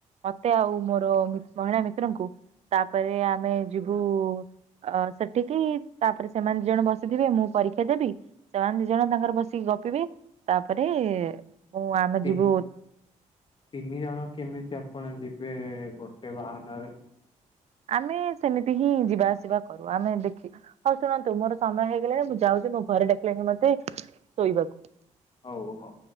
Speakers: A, on the right (about 55°); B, on the left (about 40°).
A: ମତେ ଆଉ ମୋର ମହିଳା ମିତ୍ରଙ୍କୁ ତାପରେ ଆମେ ଯିବୁ ଅ ସେଠିକି ତାପରେ ସେମାନେ ଦି ଜଣ ବସିଥିବେ ମୁଁ ପରୀକ୍ଷା ଦେବି ସେମାନେ ଦି ଜଣ ତାଙ୍କର ବସିକି ଗପିବେ ତାପରେ ମୁଁ ଆମେ
B: ତିନି
A: ଯିବୁ
B: ତିନି ଜଣ କେମିତି ଆପଣ ଯିବେ ଏବେ ଗୋଟେ ବାହାନରେ
A: ଆମେ ସେମିତି ହିଁ ଯିବା ଆସିବା କରୁ ଆମେ ଦେଖି ହଉ ଶୁଣନ୍ତୁ ମୋର ସମୟ ହେଇଗଲା ମୁଁ ଯାଉଛି। ଁ ଘରେ ଡାକିଲାଣି ମତେ ଶୋଇବାକୁ।
B: ହଉ ହଉ।